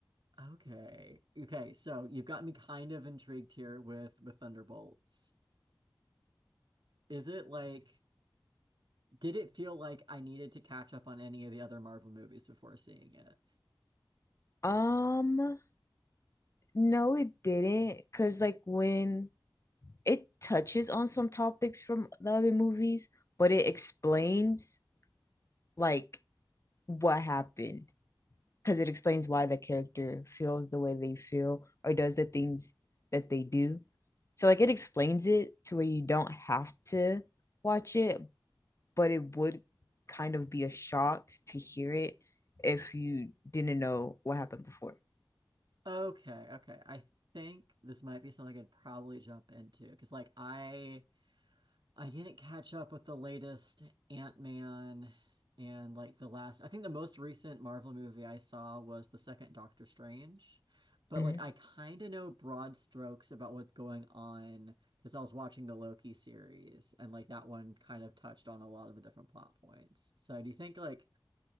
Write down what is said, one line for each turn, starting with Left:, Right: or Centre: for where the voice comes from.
Right: Okay. Okay, so you've got me kind of intrigued here with with Thunderbolts. Is it like did it feel like I needed to catch up on any of the other Marvel movies before seeing it?
Left: her. Um, no, it didn't. Cause like when it touches on some topics from the other movies, but it explains like what happened because it explains why the character feels the way they feel or does the things that they do. So like it explains it to where you don't have to watch it, but it would kind of be a shock to hear it if you didn't know what happened before.
Right: Okay, okay. I think this might be something I'd probably jump into because like I I didn't catch up with the latest Ant-Man and like the last, I think the most recent Marvel movie I saw was the second Doctor Strange. But
Left: Mhm.
Right: like I kind of know broad strokes about what's going on because I was watching the Loki series and like that one kind of touched on a lot of the different plot points. So do you think like